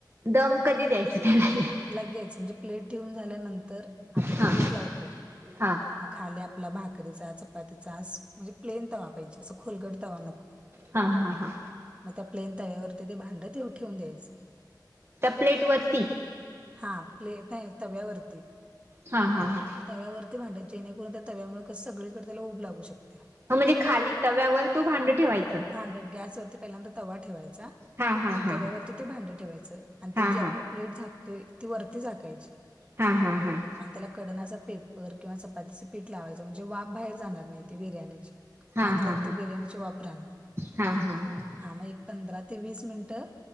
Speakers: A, on the right; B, on the right.
A: दम कधी द्यायच त्याला
B: लगेच म्हणजे प्लेट ठेऊून झाल्यानंतर आपण
A: हा
B: ते पीठ लावतोय.
A: हा
B: मग खाली आपला भाकरीचा चपातीचा म्हणजे प्लेन तवा पाहिजे असं खोलगट तवा नको.
A: हां हां हां.
B: मग त्या प्लेन तव्यावरती ते भांडं तेव ठेवून द्यायचं.
A: त्या प्लेटवररती
B: हा प्ले नाही तव्यावरती
A: हा हा हा.
B: तव्यावरती भांडत जेणेकरून त्या तव्यामुळे कस सगळीकडे त्याला ऊब लागू शकते.
A: ह म्हणजे खाली तव्यावर तो भांड ठेवायच.
B: भांड गॅसवररती पहिल्यांदा तवा ठेवायचा.
A: हा हा
B: आणि
A: हा
B: तव्यावरती
A: हा
B: ते भांड ठेवायचं. आणि
A: हा
B: ते जी आपण
A: हा
B: प्लेट झाकतोय ती वरती झाकायची.
A: हा हा हा.
B: आणि त्याला कडन असा पेपर किंवा चपातीचं पीठ लावायचं म्हणजे वाफ बाहेर जाणार नाही ते बिर्याणीची.
A: हा
B: आतल्यात
A: हा
B: ते बिर्याणीचा वाफ राहणार.
A: हा हा हा.
B: हा मग एक पंधरा ते वीस मिनिटं